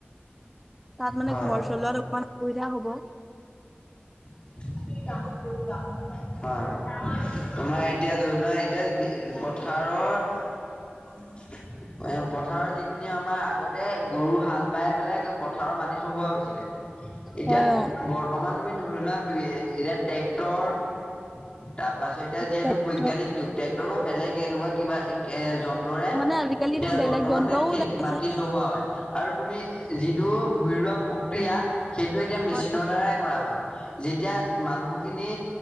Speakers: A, in the centre; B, on the left.
A: তাত মানে
B: হয়, হয়,
A: ঘৰ চলোৱাত অকমান সুবিধা হ'ব।
B: <unintelligible> হয়, তোমাৰ এতিয়া ধৰি লোৱা এতিয়া এই পথাৰৰ এ পথাৰৰ যিখিনি আমাৰ আগতে গৰু হাল বাই পেলাই পথাৰ মাটি চহোৱা হৈছিলে এতিয়া
A: হয় অ
B: বৰ্তমান তুমি ধৰিলোৱা এতিয়া ট্ৰেক্টৰ তাৰ পাছত এতিয়া যিহেতু
A: ট্ৰেক্টৰ
B: বৈজ্ঞানিক যুগ ট্ৰেক্টৰ বা বেলেগ এনেকুৱা কিবা এ জন্ তৰে
A: মানে আজিকালিতো
B: এতিয়া
A: বেলেগ
B: বৰ্তমানে
A: যন্ত্ৰও
B: খে
A: ওলাইছে
B: মাটি চহোৱা হয়। আৰু তুমি যিটো ভূঁই ৰোৱা প্ৰক্ৰিয়া সেইটো এতিয়া মেচিনৰ
A: হয়
B: দ্বাৰাই কৰা হয়। যেতিয়া মানুহখিনি